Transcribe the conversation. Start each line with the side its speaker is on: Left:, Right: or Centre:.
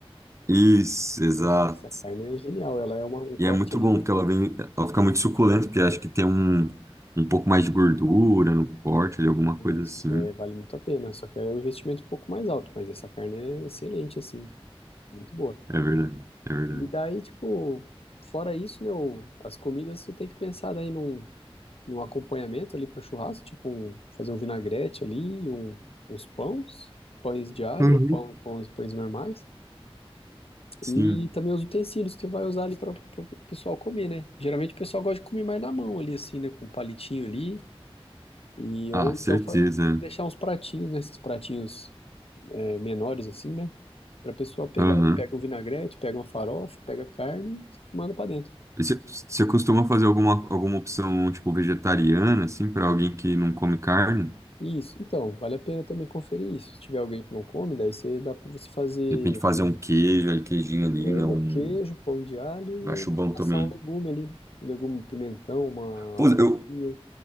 Right: isso, exato.
Left: Nossa, essa carne é genial. Ela é uma, um corte
Right: E é muito
Left: ali.
Right: bom, porque ela vem, ela fica muito suculenta, porque acho que tem um, um pouco mais de gordura no corte, ali, alguma coisa
Left: Isso,
Right: assim.
Left: é, vale muito a pena. Só que é um investimento um pouco mais alto, mas essa carne é excelente, assim, muito boa.
Right: É verdade, é verdade.
Left: E daí, tipo, fora isso, né? o- as comidas você tem que pensar daí num. no acompanhamento ali para o churrasco, tipo um, fazer um vinagrete ali, um, uns pães, pães de alho
Right: Uhum.
Left: ou pão, pães, pães normais.
Right: Sim,
Left: E também os utensílios que você vai usar ali para o pessoal comer, né? Geralmente o pessoal gosta de comer mais na mão ali, assim, né? Com um palitinho ali. E,
Right: ah,
Left: ou
Right: certeza.
Left: então fa- deixar uns pratinhos, né? Esses pratinhos é, menores, assim, né? Para a pessoa pegar.
Right: Aham.
Left: ali. Pega um vinagrete, pega uma farofa, pega carne, manda para dentro.
Right: E Você você costuma fazer alguma, alguma opção, tipo, vegetariana, assim, para alguém que não come carne?
Left: Isso, então, vale a pena também conferir isso. Se tiver alguém que não come, daí você dá para você fazer
Right: De repente fazer um queijo, ali, queijinho ali,
Left: É,
Right: né? Um...
Left: o queijo, pão de alho e
Right: Acho
Left: o,
Right: bom
Left: assar
Right: também.
Left: um legume ali. Um legume, um pimentão, uma
Right: Pô,
Left: abobrinha,
Right: eu,